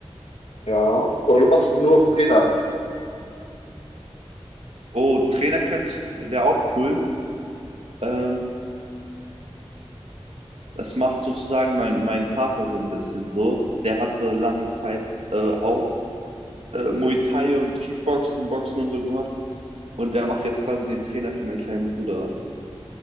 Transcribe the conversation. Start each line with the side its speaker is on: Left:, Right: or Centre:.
Left: Ja. Oder du machst es nur auf Trainer.
Right: Oh, Trainer könnte, wäre auch cool. Ähm, das macht sozusagen mein, mein Vater so ein bisschen so. Der hatte lange Zeit äh, auch äh, Muay Thai und Kickboxen, Boxen und so gemacht. Und der macht jetzt quasi den Trainer für meinen kleinen Bruder.